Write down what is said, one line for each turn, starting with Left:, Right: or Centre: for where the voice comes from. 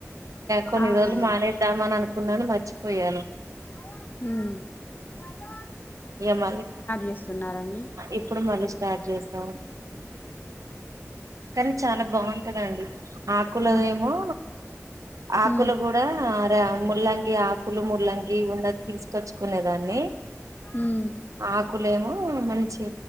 Right: కొన్ని
Left: అవునా
Right: రోజులు మానేద్దామ అని అనుకున్నాను మర్చిపోయాను
Left: హ
Right: ఇక మళీ
Left: చేస్తున్నారండి
Right: ఇప్పుడు మళ్ళీ స్టార్ట్ చేసాం కానీ చాలా బాగుంటుందండి ఆకులద
Left: ఆ
Right: ఏమో ఆకులు
Left: ఉమ్
Right: కూడాే ముల్లంగి ఆకులు ముల్లంగి ఉన్నది తీసుకొచ్చుకునే దాన్ని
Left: ఉమ్
Right: ఆకులేమో మంచి